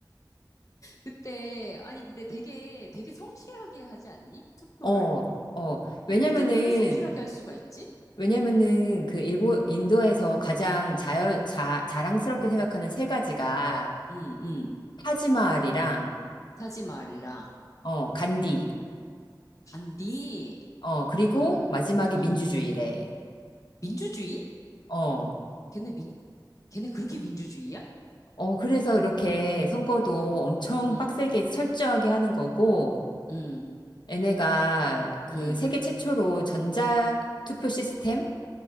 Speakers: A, on the left (about 45°); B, on the left (about 70°).
A: 그때, 아니, 근데 되게, 되게 성실하게 하지 않니? 투표를?
B: 어, 어.
A: 어머,
B: 왜냐면은,
A: 어떻게 그렇게 성실하게 할 수가 있지?
B: 왜냐면은 그 일본,
A: 응,
B: 인도에서 가장 자연, 자, 자랑스럽게 생각하는 세 가지가
A: 응, 응.
B: 타지마할이랑,
A: 타지마할이랑
B: 어, 간디,
A: 간디.
B: 어, 그리고
A: 응,
B: 마지막이
A: 응.
B: 민주주의래.
A: 민주주의?
B: 어,
A: 걔네 민, 걔네 그렇게 민주주의야?
B: 어, 그래서 이렇게 선거도
A: 응,
B: 엄청
A: 응,
B: 빡세게 철저하게 하는 거고,
A: 응,
B: 얘네가 그
A: 응.
B: 세계 최초로 전자투표 시스템?